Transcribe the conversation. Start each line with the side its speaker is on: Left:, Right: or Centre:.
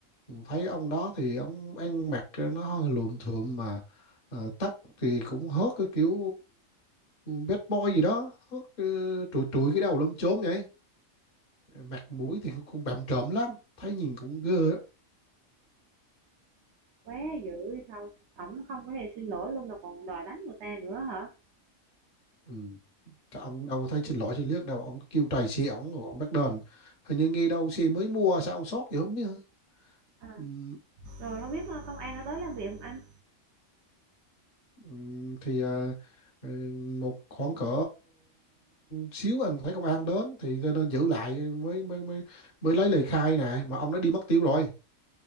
Left: Ừ, thấy ông đó thì ông ăn mặc nó hơi luộm thuộm mà ờ, tóc thì cũng hớt cái kiểu Ừ, bad boy gì đó Hớt, ờ, trụi trụi cái đầu lom chốm vậy mặt mũi thì cũng bặm trợn lắm thấy nhìn cũng ghê lắm
Right: quá dữ sao ổng không có thể xin lỗi luôn mà còn đòi đánh người ta nữa hả
Left: ừ. Cái ông đâu có thấy xin lỗi xin liếc đâu ông cứ kêu tài xế ổng rồi ông bắt đền hình như nghe đâu xe mới mua sao ông sót vậy không biết hả?
Right: à,
Left: ừ.
Right: rồi không biết ờ, công an đã tới làm việc không anh
Left: ừ, thì ờ, ờ, một khoảng cỡ xíu anh thấy công an đến thì cho nên giữ lại mới mới mới mới lấy lời khai này mà ông đã đi mất tiêu rồi